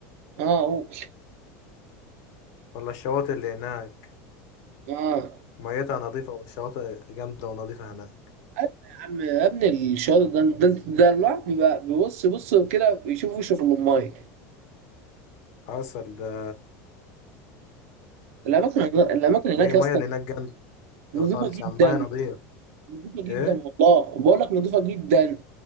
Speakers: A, on the right; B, on the left.
A: اه قول
B: ولا الشواطئ اللي هناك
A: اه
B: ميتها نظيفة والشواطئ جامدة ونظيفة هناك
A: ايوه يا عم يا ابني الشاطئ ده ده ده الواحد بيبقى بيبص بص كده يشوف وشه في الميه
B: حصل ده
A: الاماكن الاماكن هناك
B: مية
A: يا
B: مية
A: اسطى
B: اللي هناك جامدة
A: نظيفه
B: خالص
A: جدا
B: يعني مية نظيف
A: نضيفه جدا
B: ايه
A: والله بقول لك نضيفه جدا